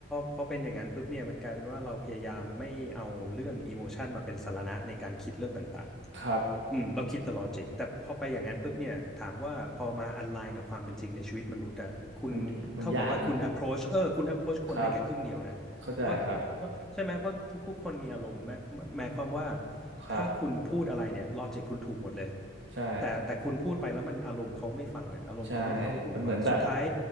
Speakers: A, in the centre; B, on the right.
A: พอเป็นอย่างนั้นปุ๊บเนี่ยมันกลายเป็นว่าเราพยายามไม่เอาเรื่อง emotion มาเป็นสาระในการคิดเรื่องต่างๆ
B: ครับ
A: อืมเราคิดแต่ลอจิกแต่พอไปอย่างนั้นปุ๊บเนี่ยถามว่าพอมาอันไลน์กับความเป็นจริงในชีวิตมนุษย์อะคุณเท่ากับว่าคุณ
B: มันมันยากนะ
A: approach เออคุณ approach คนได้แค่ครึ่งเดียวนะเพราะเพราะใช่ไหมเพราะทุกทุกคนมีอารมณ์แม้หมายความว่า
B: ครับเข้าใจครับครับ
A: ถ้าคุณพูดอะไรเนี่ยลอจิกคุณถูกหมดเลย
B: ใช่
A: แต่แต่คุณพูดไปแล้วมันอารมณ์เขาไม่ฟังอะอารมณ์เขาไม่เข้าหูอะสุดท้าย
B: ใช่มันเหมือนแบบ